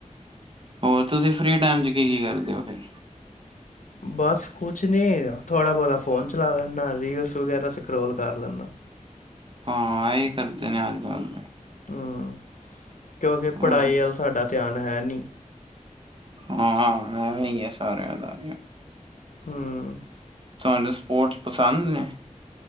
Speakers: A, on the right; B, on the left.
A: ਹੋਰ, ਤੁਸੀਂ ਫਫ੍ਰੀ ਟਾਈਮ 'ਚ ਕੀ-ਕੀ ਕਰਦੇ ਹੋ ਫੇਰ?
B: ਬਸ ਕੁਛ ਨੀ, ਥੋੜ੍ਹਾ ਬਹੁਤਾ ਫੋਨ ਚਲਾ ਲੈਂਦਾ, ਰੀਲਸ ਵਗੈਰਾ ਸਕਰੋਲ ਕਰ ਲੈਨਾ।
A: ਹਾਂ, ਇਹੀ ਕਰਦੇ ਨੇ ਅੱਜ ਕੱਲ
B: ਹਮ, ਕਿਉਂਕਿ ਪੜ੍ਹਾਈ
A: ਹੋਰ
B: ਵਲ ਸਾਡਾ ਧਿਆਨ ਹੈ ਨਹੀਂ
A: ਹਾਂ, ਐਵੇਂ ਈ ਸਾਰਿਆਂ ਦਾ
B: ਹਮ
A: ਤੁਹਾਨੂੰ ਸਪੋਰਟਸ ਪਸੰਦ ਨੇ?